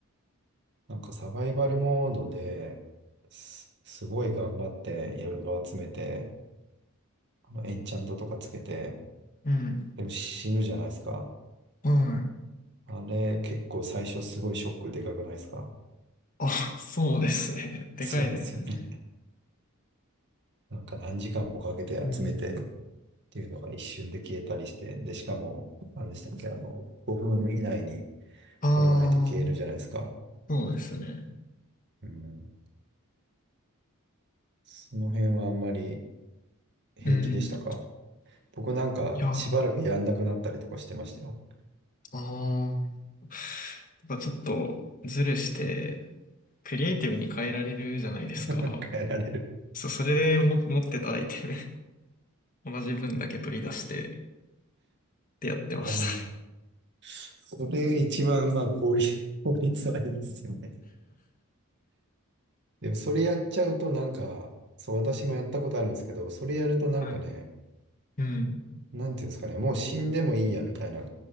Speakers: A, on the right; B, on the left.
A: なんかサバイバルモードで、す、すごい頑張っていろいろ集めて、あのエンチャントとかつけて、
B: うん。
A: でも死ぬじゃないですか。
B: はい。
A: あれ結構最初すごいショックでかくないですか
B: あ、そうですね。
A: <laughs>
B: <laughs> でかいですよね。
A: そうですよね。なんか何時間もかけて集めて
B: うん。
A: ていうのが一瞬で消えたりして、で、しかも、何でしたっけ、あの、5分以内に
B: ああ、
A: 取らないと消えるじゃないですか。
B: そうですね。
A: うん。その辺はあんまり平気でしたか
B: うん。い
A: 僕なんかしばらくやんなくなったりとかしてましたよ。
B: や、ああ、やっぱちょっとズルして、クリエイティブに変えられるじゃないですか。
A: <laughs> 変えられる。
B: そう、それでも持ってたアイテム、<laughs> 同じ分だけ取り出して、ってやってましたね。
A: ああ、それ一番、まあ、効率、効率はいいですよね。でもそれやっちゃうとなんか、そう、私もやったことあるんですけど、それやるとなんかね、
B: <laughs> はい。うん。
A: なんていうんですかね、もう死んでもいいやみたいな、